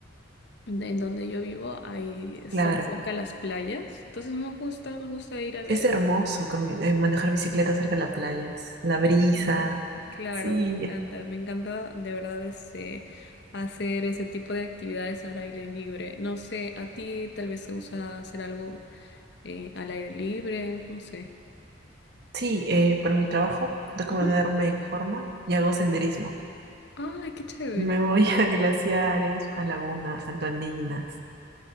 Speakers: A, on the left; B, on the right.
A: de- en donde yo vivo, ahí están
B: Claro.
A: cerca las playas. Entonces nos gusta, nos gusta ir a ver.
B: Es hermoso cami- eh, manejar bicicleta cerca de la playa. Es la brisa.
A: Claro,
B: Sí,
A: me encanta, me encanta de verdad ese, hacer ese tipo de actividades al aire libre. No sé, a ti tal vez te gusta hacer algo eh, al aire libre, no sé.
B: Sí, eh, por mi trabajo tengo
A: Ujú.
B: que ponerme en forma y hago senderismo.
A: Ay, qué chévere.
B: Me voy a <laughs> glaciares, a lagunas, altoandinas.